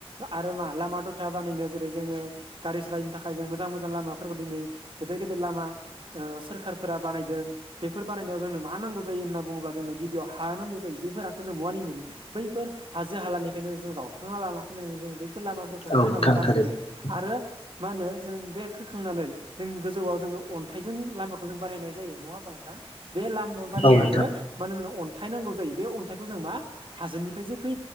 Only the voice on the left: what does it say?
औ
नोंथां
थारैनो
औ नोंथां